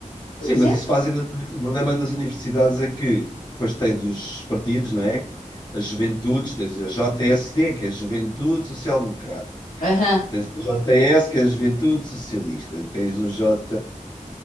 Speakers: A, on the left; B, on the left.
A: Por
B: Sim,
A: exemplo.
B: mas isso fazem nas uni- o problema nas universidades é que depois tens os partidos, não é? As juventudes, tens a JSD, que é a Juventude Social Democrata.
A: Aham,
B: Tens a JS, que é a Juventude Socialista. Tens o J.